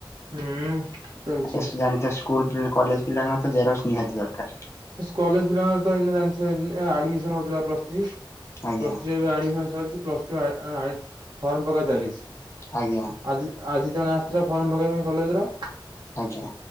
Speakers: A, on the right; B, on the left.
A: ହୁଁ ଚାଲିଛି
B: ଆ ଜାଛ <unintelligible> ସ୍କୁଲ କଲେଜ ପିଲା ତ ଜେରକ୍ସ ନିହାତି ଦରକାର।
A: କଲେଜ ପିଲାଙ୍କର ଏଇନେ ଜାଣିଥିବ ଆଡିମିଶନ ହଉଥିଲା ପ୍ଲସ ଥ୍ରୀ।
B: ଆଜ୍ଞା
A: ପ୍ଲସ ଥ୍ରୀ ଏବେ ଆଡ଼ମିସନ ସରିଛି, ପ୍ଲସ ଟୁ ଫର୍ମ ପକା ଚାଲିଛି।
B: ଆଜ୍ଞା।
A: ଆଜି ଆଜି ଜଣେ ଆସିଥିଲା ଫର୍ମ ପକେଇବା ପାଇଁ କଲେଜ ର
B: ଆଜ୍ଞା।